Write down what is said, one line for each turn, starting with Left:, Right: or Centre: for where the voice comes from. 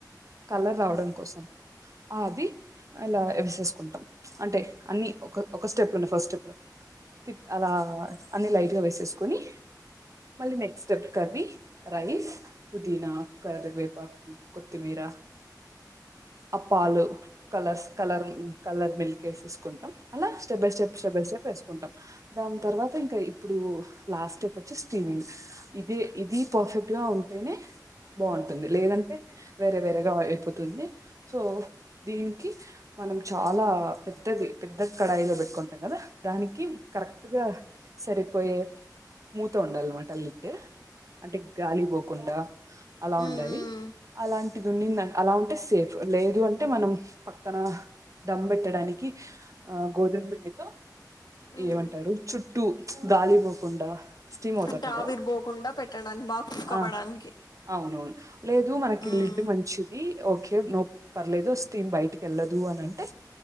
Right: కలర్ రావడం కోసం ఆ అది అలా ఎసేసుకుంటం అంటే అన్ని ఒక ఒక స్టెప్ లోనే ఫస్ట్ స్టెప్ లో తి అలా అన్ని లైట్గా వేసేసుకొని మళ్ళీ నెక్స్ట్ స్టెప్ కర్రి రైస్ పుదీనా కరివే పాకు కొత్తిమీర ఆ పాలు కలర్ కలర్ కలర్ మిల్ కేసేసుకుంటం, అలా step by step step by step ఏసుకుంటం, దాన్ తర్వాత ఇంకా ఇప్పుడూ ల. లా స్టెప్ ఒచ్చి స్టీమింగ్ ఇదీ ఇదీ పర్ఫెక్ట్ గా ఉంటేనే బా ఉంటుంది లేదంటే వేరే వేరేగా అయిపోతుంది సో దీనికి మనం చాలా పెద్దది పెద్ద కడాయిలో బెట్కుంటం గదా దానికి కరెక్ట్ గా సరిపోయే మూత ఉండాల్మాట లి డ్ అంటే గాలి బోకుండా అలా
Left: హ్మ్,
Right: ఉండాలి
Left: హ్మ్,
Right: అలాంటి దున్నిందా అలా ఉంటే సేఫ్ లేదు అంటే మనం పక్కన దమ్ బెట్టడాని కి ఆ గోధుమ పిండితో
Left: హ్మ్.
Right: ఏమంటారు చుట్టూ గాలీ పోకుండా స్టీమ్ అవుతుంటది
Left: అంటే ఆవిర్
Right: కదా
Left: బోకుండా పెట్టడాని బా కుక్
Right: ఆ
Left: అవ్వడానికి
Right: అవునవును లేదు మనకి
Left: హ్మ్,
Right: లిడ్ మంచిది ఓకే నో పర్లేదు స్టీమ్ బయటికి ఎళ్ళదు దు అని అంటే